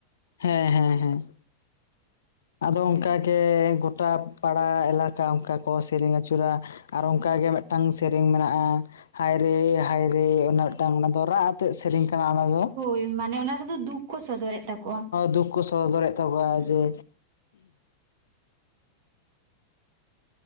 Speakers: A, on the left (about 65°); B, on the right (about 50°).
A: ᱦᱮᱸ ᱦᱮᱸ ᱦᱮᱸ᱾ ᱟᱫᱚ ᱚᱱᱠᱟᱟᱜᱮ ᱜᱚᱴᱟ ᱯᱟᱲᱟ ᱮᱞᱟᱠᱟ ᱚᱱᱠᱟ ᱠᱚ ᱥᱮᱨᱮᱧ ᱟᱹᱪᱩᱨᱟ᱾ ᱟᱨ ᱚᱱᱠᱟᱟᱜ ᱜᱮ ᱢᱤᱫᱴᱟᱝ ᱥᱮᱨᱮᱧ ᱢᱮᱱᱟᱜᱼᱟ ᱦᱟᱭ ᱨᱮᱻ ᱦᱟᱭ ᱨᱮᱻᱩᱱᱟᱹᱜᱼᱼ ᱢᱤᱫᱴᱟᱝ ᱟᱫᱚ ᱨᱟᱜ ᱟᱛᱮᱜ ᱥᱮᱨᱮᱧ ᱠᱟᱱᱟ ᱚᱱᱟ ᱫᱚ
B: ᱦᱳᱭ ᱢᱟᱱᱮ ᱚᱱᱟ ᱨᱮᱫᱚ ᱫᱩᱠ ᱠᱚ ᱥᱚᱫᱚᱨᱮᱫ ᱛᱟᱠᱚᱣᱟ᱾
A: ᱫᱩᱠ ᱠᱚ ᱥᱚᱫᱚᱨᱮᱫ ᱛᱟᱠᱚᱣᱟ ᱡᱮ